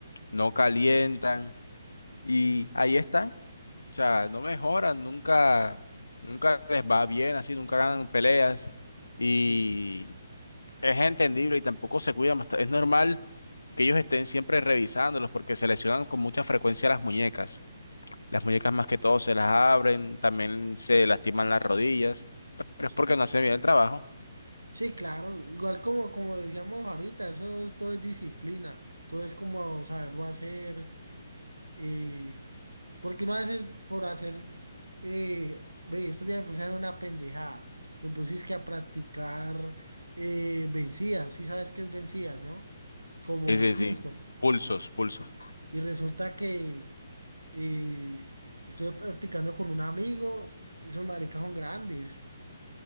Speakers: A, on the left; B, on the right.
A: no calientan y ahí están, o sea, no mejoran, nunca, nunca les va bien así, nunca ganan peleas y
B: sí,
A: es entendible y tampoco se cuidan bast- Es normal que ellos estén siempre revisándolos porque se lesionan con mucha frecuencia las muñecas. Las muñecas más que todo se las abren, también se lastiman las rodillas, pero
B: sí.
A: es porque no hacen bien el trabajo.
B: Sí, claro. Igual como, como decíamos ahorita, eso es- todo es disciplina, todo es como saberlo hacer. Eh, porque no haces por hacer, eh, ve, estos días me pusieron una pendejada, me pusiste a practicar eh, vencidas, sí sabes qué es vencidas, ¿no? Como
A: Sí, sí, sí.
B: justo.
A: Pulsos, pulsos. O
B: Y resulta que eh, estuve practicando con un amigo, esos maricas son grandes,